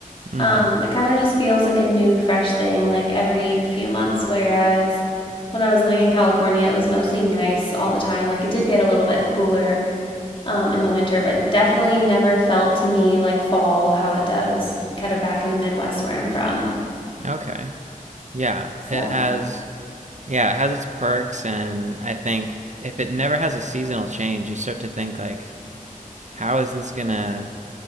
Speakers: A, on the right; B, on the left.
A: Mhm.
B: Um, it kind of just feels like a new fresh thing like every few months whereas when I was living in California, it was mostly nice all the time. Like it did get a little bit cooler um, in the winter, but definitely never felt to me like fall how it does kind of back in the Midwest where I'm from.
A: Okay. Yeah, it
B: So,
A: has yeah, it has its perks and I think if it never has a seasonal change, you start to think like how is this going to